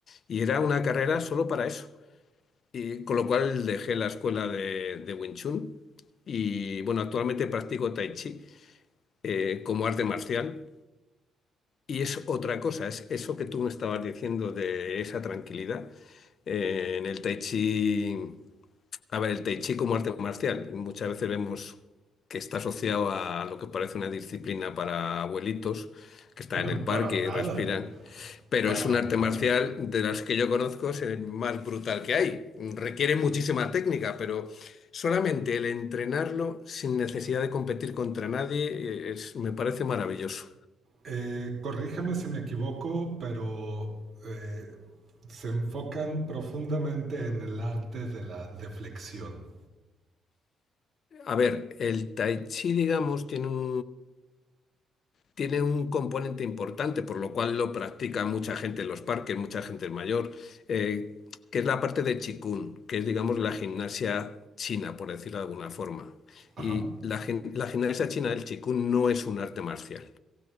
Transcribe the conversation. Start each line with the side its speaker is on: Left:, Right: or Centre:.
Left: Y era una carrera solo para eso. Y con lo cual dejé la escuela de, de Wing Chun y bueno, actualmente practico Tai Chi eh, como arte marcial. Y es otra cosa, es eso que tú me estabas diciendo de esa tranquilidad. eh, en el Tai Chi, a ver, el Tai Chi como arte marcial, muchas veces vemos que está asociado a lo que parece una disciplina para abuelitos que están
Right: <laughs>
Left: en el parque
Right: Para nada,
Left: y respiran, pero
Right: para
Left: es un arte
Right: nada.
Left: marcial de las que yo conozco, es el más brutal que hay. Requiere muchísima técnica, pero solamente el entrenarlo sin necesidad de competir contra nadie eh, es- me parece maravilloso.
Right: Eh, corríjame si me equivoco, pero eh, se enfocan profundamente en el arte de la deflexión.
Left: A ver, el tai chi, digamos, tiene un, tiene un componente importante, por lo cual lo practica mucha gente en los parques, mucha gente mayor, eh, que es la parte de Qigong, que es, digamos, la gimnasia china, por decirlo de alguna forma.
Right: Ajá,
Left: Y la, gim- la gimnasia china del Qigong no es un arte marcial.